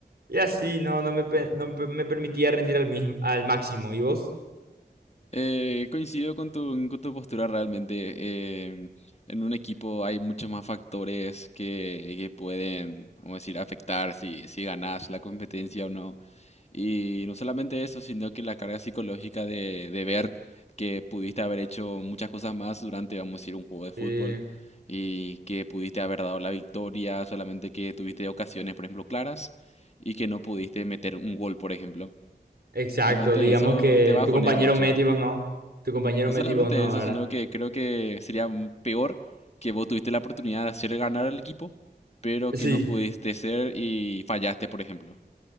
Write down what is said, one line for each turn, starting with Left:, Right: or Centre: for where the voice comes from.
Right: y así, no, no, me, no me permitía rendir al, mismo, al máximo. ¿Y vos?
Left: Eh, coincido con tu, con tu postura realmente. eh, en un equipo hay muchos más factores que, que pueden, vamos a decir, afectar si, si ganas la competencia o no. Y no solamente eso, sino que la carga psicológica de, de ver que pudiste haber hecho muchas cosas más durante, vamos a decir, un juego de fútbol
Right: Sí,
Left: y que pudiste haber dado la victoria, solamente que tuviste ocasiones, por ejemplo, claras y que no pudiste meter un gol, por ejemplo.
Right: exacto.
Left: Obviamente
Right: Digamos
Left: eso
Right: que
Left: te bajonea
Right: tu compañero
Left: mucho.
Right: Meti vos no. Tu compañero
Left: No
Right: Meti
Left: solamente
Right: vos no,
Left: eso,
Right: ¿verdad?
Left: sino que creo que sería m- peor que vos tuviste la oportunidad de hacer ganar al equipo, pero
Right: Sí,
Left: que no pudiste ser y fallaste, por ejemplo.